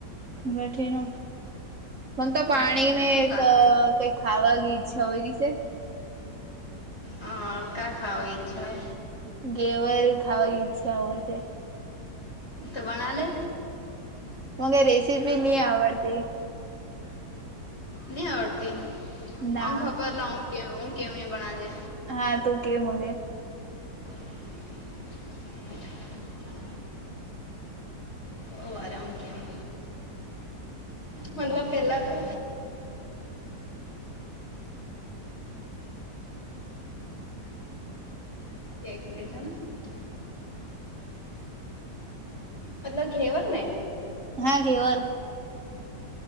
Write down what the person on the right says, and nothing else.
બેઠી હું મન
તો પાણીને
એક
કંઈક ખાવા ગી ઈચ્છા હોય રીસેસ
ઘેવર ખાવાની ઈચ્છા હોય છે.
મગ એ રેસીપી નની આવડતી.
ના
હા તું કેમે.
હા ઘેવર.